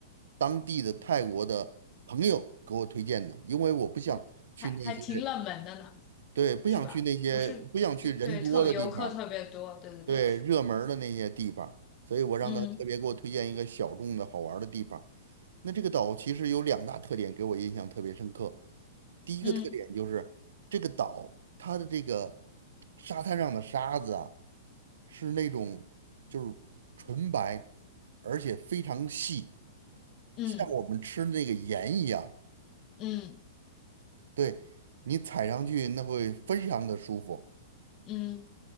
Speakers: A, on the right; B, on the left.
A: 当地的泰国的朋友给我推荐的，因为我不想去那些，
B: 我还还挺冷门的呢，
A: 对，不想去那些，
B: 是吧？不是，
A: 不想去人多的地方。
B: 对对，特别游客特别多，对对对，
A: 对，热门儿的那些地方，所以我让他特别给我推荐一个小众的好玩儿的地方。
B: 嗯
A: 那这个岛其实有两大特点给我印象特别深刻。第一个特点就是这个岛它的这个
B: 嗯
A: 沙滩上的沙子啊，是那种就是纯白，而且非常细，
B: 嗯
A: 像我们吃那个盐一样。
B: 嗯
A: 对，你踩上去那会非常的舒服。
B: 嗯